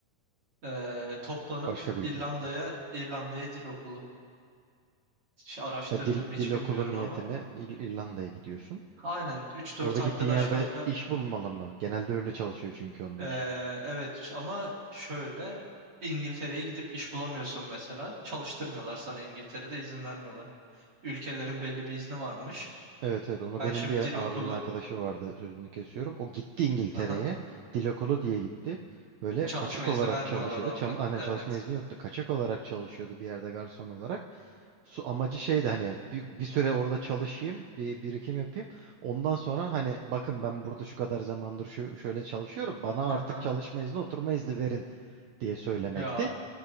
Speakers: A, on the right; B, on the right.
A: Ee, toplanıp
B: başka bir
A: İrlanda'ya,
B: ülke.
A: İrlanda'ya dil okulu. Hiç araştırdım
B: He, dil,
A: mı hiç
B: dil
A: bilmiyorum
B: okulu niyetine
A: ama.
B: İr- İrlanda'ya gidiyorsun.
A: Aynen üç dört
B: Orada
A: arkadaş
B: gittiğin yerde
A: kanka.
B: iş bulmalı mı? Genelde öyle çalışıyor çünkü onlar.
A: Ee, evet ama şöyle İngiltere'ye gidip iş bulamıyorsun mesela. Çalıştırmıyorlar sana İngiltere'de izin vermiyorlar. Ülkelerin belli bir izni varmış.
B: Evet evet onu
A: Ben
B: benim
A: şimdi
B: bir
A: dil okulu
B: abimin arkadaşı vardı sözünü kesiyorum. O gitti İngiltere'ye
A: aha,
B: dil okulu diye gitti. Böyle
A: çalışma
B: kaçak
A: izni
B: olarak
A: vermiyorlar
B: çalışıyordu.
A: orada.
B: Çam, aynen
A: Evet.
B: çalışma izni yoktu. Kaçak olarak çalışıyordu bir yerde garson olarak. Su, amacı şeydi hani bir, bir süre orada çalışayım, bir birikim yapayım. Ondan sonra hani bakın ben burada şu kadar zamandır şu şöyle çalışıyorum. Bana
A: Aha.
B: artık çalışma izni, oturma izni verin diye söylemekti.
A: Yok